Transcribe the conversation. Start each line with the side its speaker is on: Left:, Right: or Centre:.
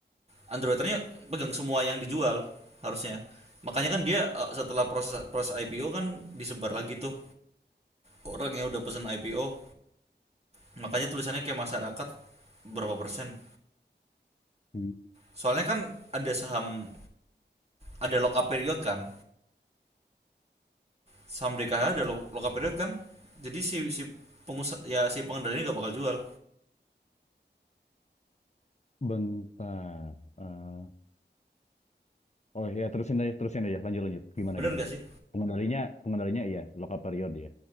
Right: android pegang semua yang dijual harusnya. Makanya kan dia eh, setelah proses proses IPO kan disebar lagi tuh orang yang udah pesan IPO. Makanya tulisannya kayak masyarakat berapa persen.
Left: Hmm.
Right: Soalnya kan ada saham ada lock up period kan. Saham DKH ada lock up period kan. Jadi si si pengusaha ya si pengendalinya nggak bakal jual.
Left: Bentar. Eh, oh ya, terusin aja, terusin aja. Lanjut, lanjut. Gimana,
Right: Bener
Left: gimana?
Right: gak sih?
Left: Pengendalinya, pengendalinya iya, lock-up period ya.